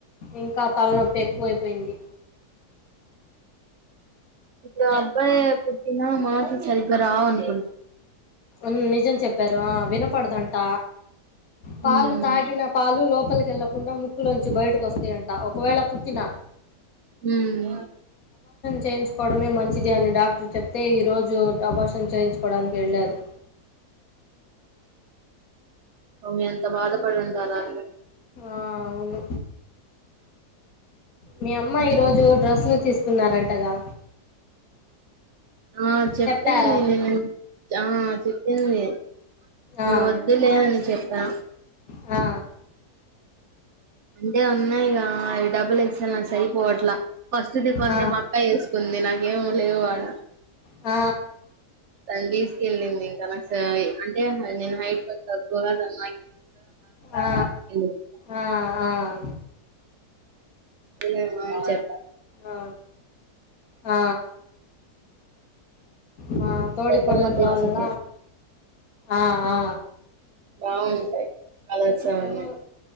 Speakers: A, on the left (about 60°); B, on the right (about 60°).
A: ఇంకా తలనొప్పి ఎక్కువైపోయింది
B: ఇప్పుడు అబ్బాయి పుట్టిన మాట్లు సరిగ్గా రావనుకుం
A: మ్మ్ నిజం చెప్పారు ఆ వినపడదంట పాలు
B: మ్మ్.
A: తాగిన పాలు లోపలికి క వెళ్లకుండా ముక్కులోంచి బయటకు వస్తయంట ఒకవేళ పుట్టినా
B: మ్మ్
A: చేయించుకోవడమే మంచిది అని డాక్టర్ చెప్తే ఈరోజు అబాషన్ చేయించుకోడానికి వెళ్ళారు
B: ఓమే ఎంత బాధ పడుంటారు వాళ్ళు
A: ఆ అవును మీ అమ్మ ఈరోజు డ్రస్లు తీసుకున్నారంటగా
B: ఆ చెప్పింది
A: చెప్పారా
B: నిన్న ఆ చెప్పింది
A: ఆ
B: నువ్వొద్దులే అని చెప్పా
A: ఆ
B: అంటే ఉన్నయ్ గా డబ్బులు ఎక్సల్ నా సైపోవట్లా ఫస్ట్ ది కొంద
A: ఆ
B: మక్కా వేసుకుంది నాకేం లేవు వాడ
A: ఆ
B: తను తిస్కిళ్లింది ఇంక నాకు సైజ్ అదే నేను హైట్ కొంచెం తక్కువగాను
A: ఆ
B: <unintelligible>
A: ఆ ఆ
B: ఎల్లమ్గానే చెప్ప
A: ఆ ఆ మా తోడికొడలు
B: పెద్దమ్మ తెచ్చిద్ది
A: వాళ్ళ ఆ ఆ
B: అవును కళసవణ అన్నీ
A: అమ్మ